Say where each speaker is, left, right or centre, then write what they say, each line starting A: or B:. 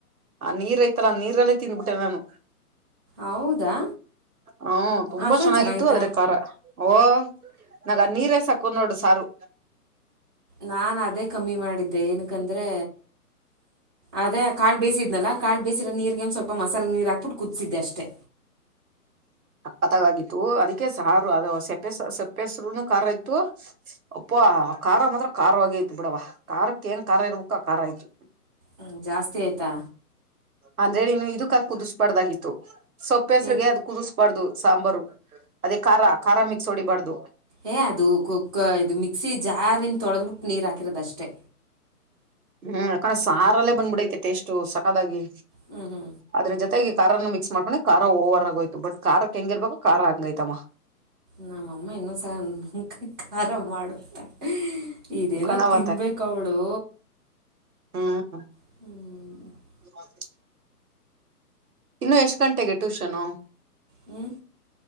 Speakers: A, on the right; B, on the right.
A: ಆ ನೀರ ಐತಲ್ಲ ನೀರಲ್ಲೇ ತಿಂದ್ಬಿಟ್ಟೆ ನಾನು.
B: ಹೌದಾ
A: ಹು ತುಂಬಾ
B: ಅಷ್ಟೊಂದು
A: ಚೆನ್ನಾಗಿತ್ತು
B: ಚೆನ್ನಾಗಿತ್ತಾ
A: ಆದ್ರೆ ಖಾರಾ. ಓ ನಗ ನೀರೆ ಸಾಕು ನೋಡು ಸಾರು.
B: ನಾನ ಅದೇ ಕಮ್ಮಿ ಮಾಡಿದ್ದೆ ಏನಕಂದ್ರೆ ಅದೇ ಕಾಳ ಬಿಸಿದ್ನಲ್ಲಾ. ಕಾಳ ಬೇಸಿರ ನೀರಿಗೆ ಒಂದ ಸ್ವಲ್ ಮಸಾಲೆ ನೀರು ಹಾಕ್ಬಿಟ ಕುದಸಿದ್ದೆ ಅಷ್ಟೇ.
A: ಅದಾಗಗಿತ್ತು ಅದಕ್ಕೆ ಸಾರು ಅದು ಸಪ್ಪೆ ಸಪ್ಪೆಸರುನು ಖಾರ ಇತ್ತು. ಅಪ್ಪಾ ಖಾರ ಮಾತ್ರ ಕಾರವಾಗೇ ಇತ ಬಿಡವ ಕಾರಾಕ್ಕ ಏಂಗ ಕಾರಾ ಇರ್ಬೇಕ ಆ ಕಾರಾ ಇತ್ತು.
B: ಹು ಜಾಸ್ತಿ ಆಯ್ತಾ.
A: ಅಂದ್ರೆ ನೀನು ಇದಕ್ಕ ಹಾಕಿ ಕುದಿಸಬಾರ್ದಾಗಿತ್ತು ಸೊಪ್ಪ ಹೆಸ್ರಗೆ
B: ಏನು
A: ಅದ ಕುದಿಸ. ಬಾಡರ್ದು ಸಾಂಬಾರು ಅದೇ ಖಾರ ಖಾರ ಮಿಕ್ಸ್ ಹೊಡಿಬಾರ್ದು.
B: ಏ ಅದು ಕುಕ್ ಇದು ಮಿಕ್ಸಿ ಜಾರಿಂದ ತೊಳೆದ್ಬಿಟ್ಟು ನೀರ ಹಾಕಿರೋದ ಅಷ್ಟೇ.
A: ಹು ಯಾಕಂದ ಸಾರಲ್ಲೇ ಬಂದ್ಬಿಡೈತೆ ಟೆಸ್ಟು ಸಕತ್ತಾಗಿ.
B: ಹು ಹು
A: ಅದ್ರ ಜೊತೆಗೆ ಇ ಖಾರನ್ನ ಮಿಕ್ಸ್ ಮಾಡ್ಕೊಂಡ ಖಾರ ಓವರ್ ಆಗೋಯ್ತು ಬಟ್ ಕಾರಕ್ಕ ಹೆಂಗಿರ್ಬೇಕು ಕಾರಾ ಹಂಗಯಐತವ್ವಾ.
B: ನಮ್ಮಅಮ್ಮ ಇನ್ನೊಂದ್ಸಲ ನುಂಕ ಖಾರ ಮಾಡುಬಿಡ್ತಾಳ. ಇದೇನ
A: ಕಣವ
B: ತಿನ್ಬೇಕ ಅವಳು.
A: ಹಾ
B: ಹು
A: ಬಾರ್ಬಿ. ಇನ್ನು ಎಷ್ಟು ಗಂಟೆಗೆ ಟ್ಯೂಷನು.
B: ಹು